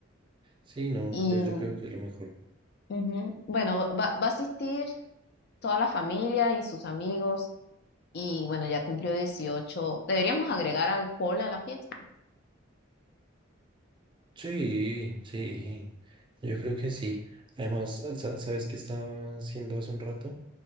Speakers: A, on the right (about 25°); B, on the left (about 55°).
A: Sí, no,
B: Y,
A: yo, yo creo que es lo mejor.
B: ujú, bueno, va, va a asistir. toda la familia y sus amigos. Y bueno, ya cumplió dieciocho Deberíamos agregar alcohol a la fiesta.
A: Sí, sí, yo creo que sí. Además, sa- ¿sabes qué estaba haciendo hace un rato?